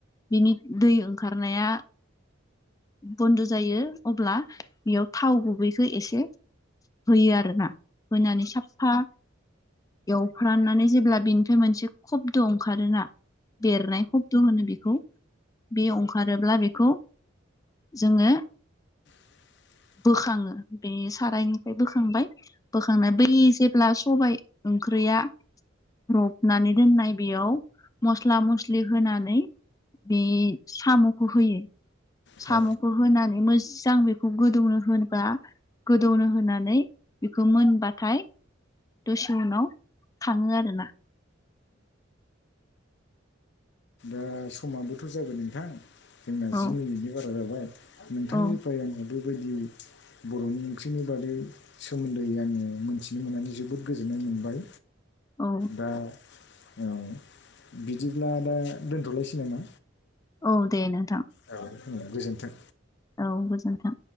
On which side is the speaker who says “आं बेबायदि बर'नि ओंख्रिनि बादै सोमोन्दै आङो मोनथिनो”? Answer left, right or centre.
Left